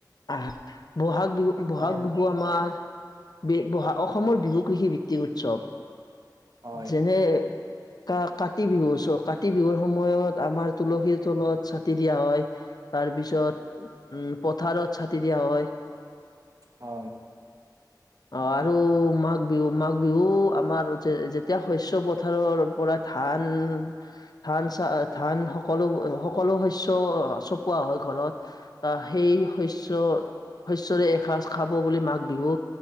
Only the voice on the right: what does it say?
হয়
হয়
হয়।